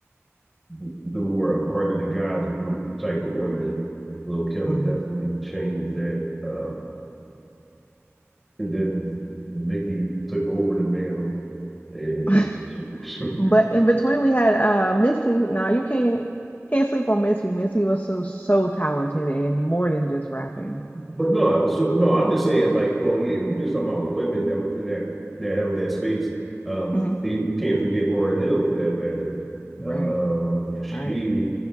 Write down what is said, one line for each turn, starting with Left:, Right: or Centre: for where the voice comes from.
Centre: the, the more a part of the guys group type of women. Lil Kim
Left: Mhm.
Centre: definitely changed that. Uh, and then Nicki took over the mantle, and
Left: <laughs>
Centre: she, <laughs>
Left: But in between, we had uh Missy. Now you can't can't sleep on Missy. Missy was so so talented and more than just rapping.
Centre: But no, so no, I'm just saying, like, well, yeah, if you're just talking about women that was in that that held that space, um,
Left: Mhm.
Centre: you, you can't forget Lauryn Hill for that matter.
Left: Right,
Centre: Um, she
Left: right.